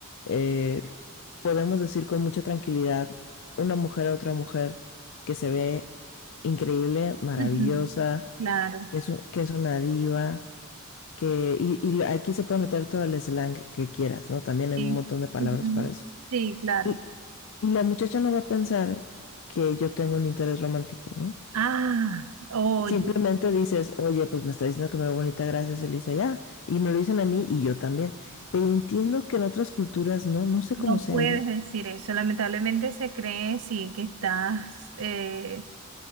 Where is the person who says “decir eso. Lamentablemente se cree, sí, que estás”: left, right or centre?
Right